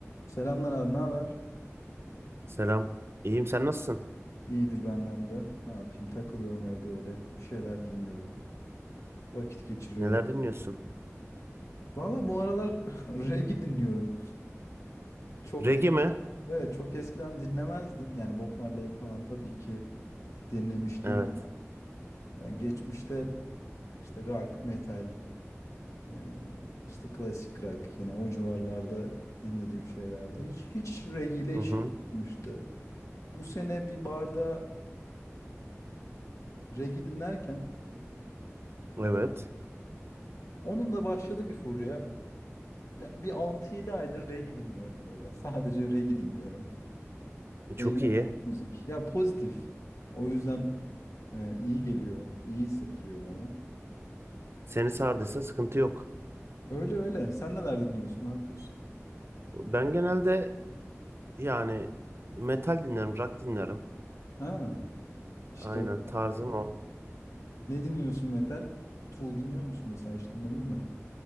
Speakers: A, on the left (about 80°); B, on the right (about 50°).
A: Selamlar abi, ne haber?
B: Selam. İyiyim. Sen nasılsın?
A: İyidir benden de. Ne yapayım? Takılıyorum evde öyle. Bir şeyler dinliyorum. Vakit geçiriyorum.
B: Neler dinliyorsun?
A: Valla bu aralar <laughs> reggae dinliyorum. Çok
B: Reggae
A: et-
B: mi?
A: evet çok eskiden dinlemezdim. Yani Bob Marley falan tabii ki dinlemişliğim.
B: Evet.
A: var. Ee, Geçmişte hep işte rock, metal, e, işte klasik rock yine o civarlarda dinlediğim şeylerde hiç hiç reggae ile
B: Hı
A: işim
B: hı.
A: olmuştu. Bu sene bir barda reggae dinlerken
B: Evet.
A: or- onun da başladı bir furya. Ya bir altı yedi aydır reggae dinliyorum öyle. Sadece reggae dinliyorum.
B: E,
A: Eğlenceli
B: Çok iyi.
A: müzik. Ya pozitif. O yüzden e, iyi geliyor. iyi hissettiriyor bana.
B: Seni sardıysa sıkıntı yok.
A: Öyle öyle. Sen neler dinliyorsun? Ne yapıyorsun?
B: Ben genelde yani metal dinlerim, rock dinlerim.
A: Ha, işte
B: Aynen
A: o.
B: tarzım o.
A: Ne dinliyorsun metal? Tool dinliyor musun mesela? Hiç dinledin mi?